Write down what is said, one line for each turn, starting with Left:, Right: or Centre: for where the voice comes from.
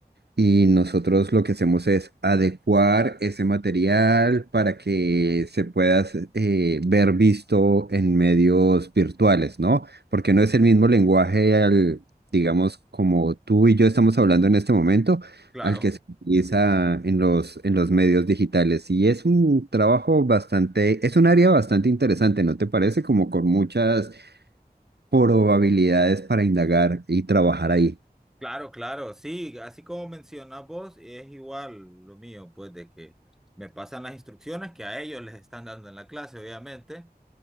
Right: Y nosotros lo que hacemos es adecuar ese material para que se pueda eh, ver visto en medios virtuales, ¿no? Porque no es el mismo lenguaje al, digamos, como tú y yo estamos hablando en este momento,
Centre: claro,
Right: al que se utiliza en los, en los medios digitales. Y es un trabajo bastante, es un área bastante interesante, ¿no te parece? Como con muchas probabilidades para indagar y trabajar ahí.
Centre: claro, claro. Sí, así como mencionas vos, es igual lo mío, pues de que me pasan las instrucciones que a ellos les están dando en la clase, obviamente.